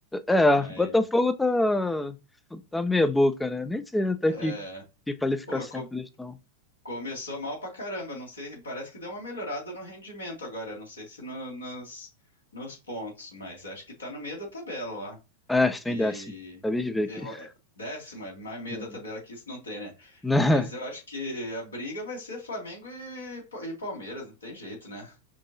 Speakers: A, in the centre; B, on the left.
A: É,
B: mas
A: Botafogo tá, tá meia boca, né? Nem sei até
B: é,
A: que, que qualificação
B: pô, mas co-
A: que eles estão.
B: começou mal pra caramba, não sei, parece que deu uma melhorada no rendimento agora, não sei se no- nas- nos pontos, mas acho que tá no meio da tabela
A: Ah, estou
B: E
A: em décimo, acabei de ver
B: eu,
A: aqui. <laughs>
B: é, décimo, é mais meio
A: É.
B: da tabela que isso não tem, né?
A: Né?
B: Mas eu acho que a briga vai ser Flamengo e, Pa- e Palmeiras, não tem jeito, né?